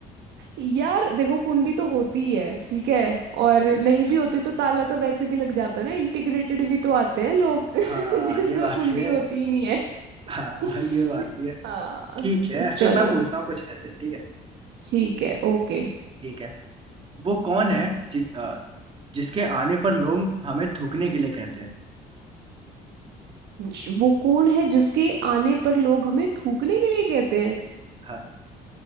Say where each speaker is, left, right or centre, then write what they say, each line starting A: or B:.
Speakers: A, on the right; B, on the right.
A: यार देखो कुंडी तो होती ही है ठीक है और
B: अच्छा,
A: नहीं भी होती तो ताला तो वैसे भी लग जाता है ना इंटीग्रेटेड भी तो आते हैं लोग <laughs>
B: हाँ
A: जिसमें
B: ये बात
A: कुंडी
B: भी है
A: होती ही नहीं है
B: हाँ
A: <laughs>
B: ये बात भी है
A: हाँ
B: ठीक है
A: तो चलो
B: फिर मैं पूछता हूँ कुछ ऐसे ठीक है
A: ठीक है ओके
B: ठीक है वो कौन है जिस अ, जिसके आने पर लोग हमें थूकने के लिए कहते हैं
A: ज- वो कौन है जिसके आने पर लोग हमें थूकने के लिए कहते हैं
B: हाँ